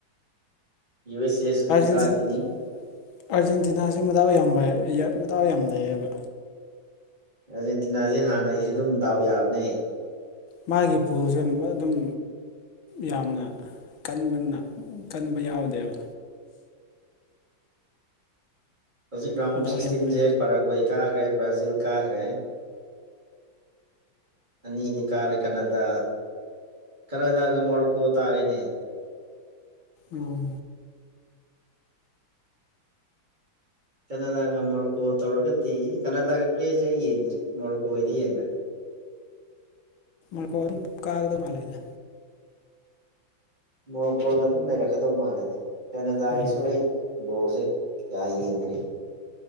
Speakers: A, on the right; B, on the left.
A: ꯌꯨ ꯑꯦꯁ ꯑꯦꯁꯨ ꯑꯗꯨꯝ
B: ꯑꯥꯔꯖꯦꯟꯇꯤꯅꯥꯁꯤ
A: ꯀꯥꯈꯤꯅꯤ
B: ꯃꯗꯥꯎ ꯑꯣꯏ ꯌꯥꯝꯕ ꯍꯥꯏ ꯃꯇꯥꯎ ꯌꯥꯝ ꯂꯩꯌꯦꯕ
A: ꯑꯥꯔꯖꯦꯟꯇꯤꯅꯥꯁꯦ ꯍꯥꯟꯅꯒꯤꯁꯨ ꯑꯗꯨꯝ ꯗꯥꯎ ꯌꯥꯕꯅꯦ
B: ꯃꯥꯒꯤ ꯄꯨꯁꯦ ꯑꯗꯨꯝ ꯌꯥꯝꯅ ꯀꯟꯕꯅ ꯀꯟꯕ ꯌꯥꯎꯗꯦꯕ
A: ꯍꯧꯖꯤꯛ ꯔꯥꯎꯟ
B: ꯃꯗꯥꯎ
A: ꯑꯣꯞ ꯁꯤꯛꯁꯇꯤꯟꯁꯦ
B: ꯌꯥꯝ ꯐꯩ
A: ꯄꯥꯔꯥꯒꯣꯏ ꯀꯥꯈ꯭ꯔꯦ ꯕ꯭ꯔꯥꯖꯤꯜ ꯀꯥꯈ꯭ꯔꯦ ꯑꯅꯤꯗꯤ ꯀꯥꯂꯦ ꯀꯅꯥꯗꯥ ꯀꯅꯥꯗꯥꯒ ꯃꯣꯔꯣꯛꯀꯣ ꯇꯥꯔꯦꯅꯦ
B: ꯎꯝ
A: ꯀꯅꯥꯗꯥꯒ ꯃꯣꯔꯣꯀꯣ ꯇꯧꯔꯒꯗꯤ ꯀꯅꯥꯗꯥꯒꯤ ꯄ꯭ꯂꯦꯁꯦ ꯑꯩ ꯌꯦꯡꯗ꯭ꯔꯤ ꯃꯣꯔꯣꯀꯣꯗꯤ ꯌꯦꯡꯈ꯭ꯔꯦ <inaudible>
B: ꯑꯗꯨꯝ ꯀꯥꯒꯗ ꯃꯥ ꯂꯩꯗ
A: ꯃꯣꯔꯣꯀꯣꯅ ꯑꯗꯨꯝ ꯂꯩꯔꯛꯀꯗꯧ ꯃꯥꯜꯂꯦꯗ ꯀꯦꯅꯥꯗꯥꯒꯤꯁꯨ
B: ꯎꯝ
A: ꯑꯩ ꯕꯣꯜꯁꯦ ꯌꯥꯒꯤꯦ ꯏꯟ꯭ꯔꯤ